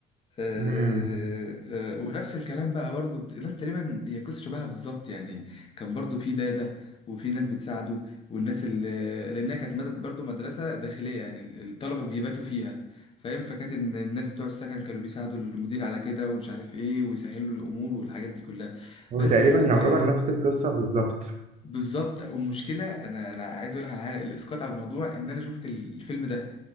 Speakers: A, on the left (about 30°); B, on the right (about 45°).
A: آه،
B: مم.
A: آه، ونفس الكلام بقى برضو بت- لا تقريبا هي قصة شبهها بالظبط يعني كان برضو في دادة وفي ناس بتساعده والناس اللي لأنها كانت مد- برضو مدرسة داخلية يعني ال- الطلبة بيباتوا فيها فاهم فكانت إن الناس بتوع السكن كانوا بيساعدوا المدير على كده ومش عارف ايه ويسهلوا الأمور والحاجات دي كلها
B: هو
A: بس
B: تقريبا
A: آه،
B: يعتبر نفس القصه بالظبط
A: بالظبط والمشكله انا انا عايز اقول لك على حاجه الاسقاط على الموضوع ان انا شفت الفيلم ده